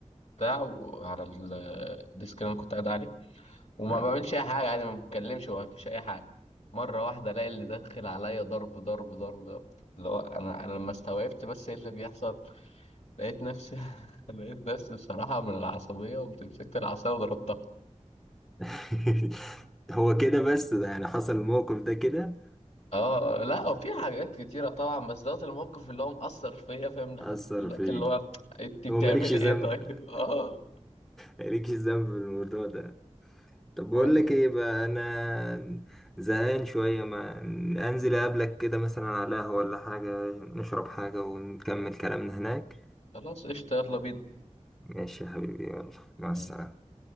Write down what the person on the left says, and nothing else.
البتاع وعلى ال- الديسك اللي أنا كنت قاعد عليه وما
بعملش أي حاجة يعني ما بتكلمش وما بعملش أي حاجة مرة واحدة ألاقي اللي داخل عليا ضرب ضرب ضرب ضرب. اللي هو أنا أنا لما استوعبت بس إيه اللي بيحصل لقيت نفسي <laughs> لقيت نفسي بصراحة من العصبية قمت مسكت العصاية وضربتها
اه لا وفي حاجات كتيرة طبعا بس دوت الموقف اللي هو مأثر فيا فاهم لحد
دلوقتي
اللي هو انت بتعملي
ايه طيب
<laughs> اه
و-
خلاص قشطة يلا بينا
يعني